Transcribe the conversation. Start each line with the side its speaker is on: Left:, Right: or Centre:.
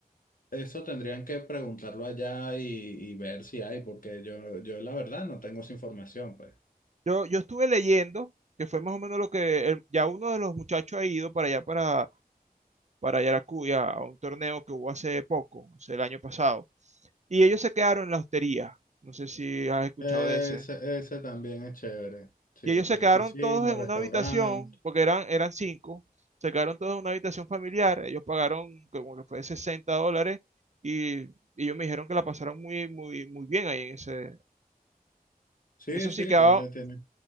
Left: eso tendrían que preguntarlo allá y, y ver si hay, porque yo, yo la verdad no tengo esa información, pues.
Right: Yo, yo estuve leyendo, que fue más o menos lo que el- ya uno de los muchachos ha ido para allá, para para Yaracuya a un torneo que hubo hace poco, o sea, el año pasado. Y ellos se quedaron en la hostería. No sé si has escuchado
Left: Ese,
Right: de ese.
Left: ese también es chévere. Sí,
Right: Y ellos
Left: tiene
Right: se quedaron
Left: piscina,
Right: todos en
Left: restaurante.
Right: una habitación, porque eran, eran cinco. Se quedaron todos en una habitación familiar. Ellos pagaron como que fue 60 dólares y, y ellos me dijeron que la pasaron muy, muy, muy bien ahí en ese.
Left: Sí,
Right: Eso
Left: sí,
Right: sí quedaba,
Left: tiene, tiene,